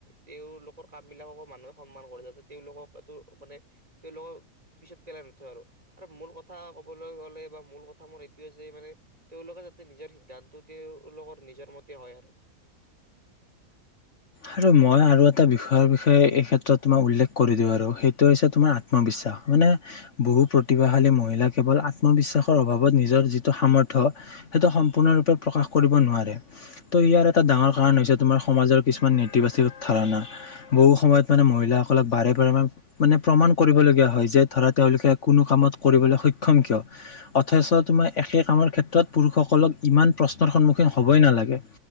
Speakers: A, on the right (about 25°); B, on the left (about 55°).
A: তেওঁলোকৰ কাম বিলাককো মানুহে সন্মান কৰে যাতে, তেওঁলোকক এইটো মানে তেওঁলোকক পিছত পেলাই নথয় আৰু, আৰু মূল কথা ক'বলৈ গ'লে বা মূল কথা মোৰ এইটোৱে যে মানে তেওঁলোকে যাতে নিজৰ সিদ্ধান্ত তেওঁলোকৰ নিজৰ মতে হয় আৰু।
B: আৰু মই আৰু এটা বিষয়ৰ বিষয়ে এই ক্ষেত্ৰত তোমাক উল্লেখ কৰি দিওঁ আৰু, সেইটো হৈছে তোমাৰ আত্মবিশ্বাস মানে বহু প্ৰতিভাশালী মহিলা কেৱল আত্মবিশ্বাসৰ অভাৱত নিজৰ যিটো সামৰ্থয়, সেইটো সম্পূৰ্ণৰূপে প্ৰকাশ কৰিব নোৱাৰে, ত' ইয়াৰ এটা ডাঙৰ কাৰণ হৈছে তোমাৰ সমাজৰ কিছুমান নেটবাচীক ধাৰনা বহু সময়ত, মানে মহিলাসকলক বাৰে-বাৰে মানে প্ৰমাণ কৰিবলগীয়া হয় যে, ধৰা তেওঁলোকে কোনো কামত কৰিবলৈ সক্ষম কিয়, অথচ তোমাৰ একে কামৰ ক্ষেত্ৰত পুৰুষসকলক ইমান প্ৰশ্নৰ সন্মুখীন হ'বই নালাগে,